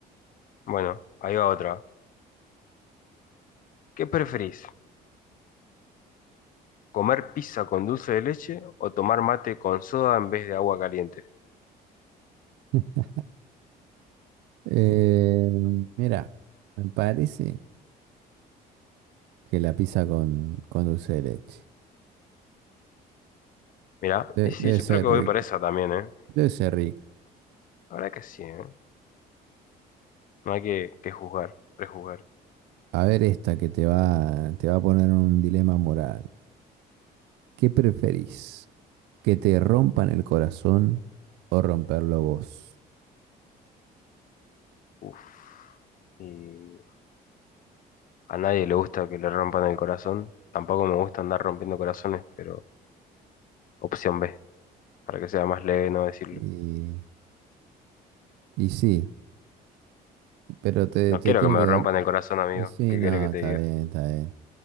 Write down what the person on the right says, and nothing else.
<laughs> Eh, mira, me parece que la pizza con, con dulce de leche.
De-
debe
ser
rica,
debe ser rica.
A ver esta que te va, te va a poner en un dilema moral. ¿Qué preferís? ¿Que te rompan el corazón o romperlo vos?
Y, y sí, pero te,
te
tiene
que dar...
Y sí,
no,
está
bien, está bien.